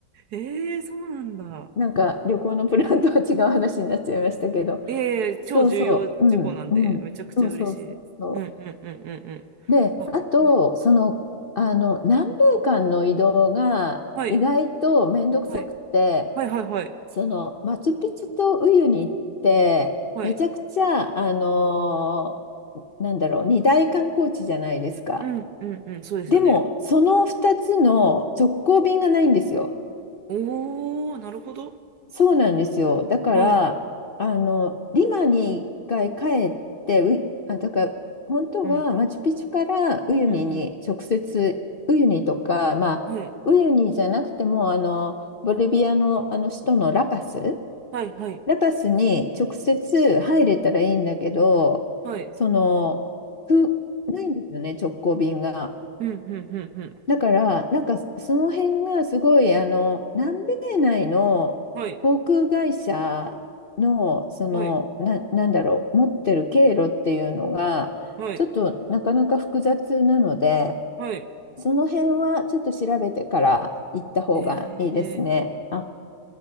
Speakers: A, on the right; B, on the left.
A: ええそうなんだ。
B: う。なんか旅行のプランとは違う話になっちゃいましたけど。
A: ええ超重要事項なんで、
B: そうそう。うん。うん。
A: めちゃくちゃ嬉しい。
B: そうそうそうそ
A: うんうんうんうんうん。
B: う。で、
A: あ、
B: あと、
A: はい。
B: その、あの、南米間の移動が意外と面倒くさくて、
A: はい。はい。はいはいはい。
B: その、マチュピチュとウユに行って、
A: はい。
B: めちゃくちゃ、あのーなんだろう、二大観光地じゃないですか。
A: うんうんうん。そうですよね。
B: でも、その2つの直行便がないんですよ。
A: おー、なるほど。
B: そうなんですよ。だから、
A: はい。
B: あの、リマに一回帰って、うい、あ、だから、本当はマチュピチュからウユニに直接、
A: うん、うん、
B: ウユニとか、まあ、
A: うん。はい、
B: ウユニじゃなくても、あの、ボリビアの、あの首都のラパス、
A: はい、はい、
B: ラパスに直接入れたらいいんだけど、
A: はい。
B: その、く、ないんですよね、直行便が。
A: うん、うん、うん、うん。
B: だから、なんかその辺がすごい、あの、南米内の航空会社の、
A: はい、
B: その、
A: はい、
B: な、なんだろう、持ってる経路っていうのが、
A: はい、
B: ちょっとなかなか複雑なので、
A: はい。
B: その辺はちょっと調べてから行った方がいいですね。
A: ええ
B: あ、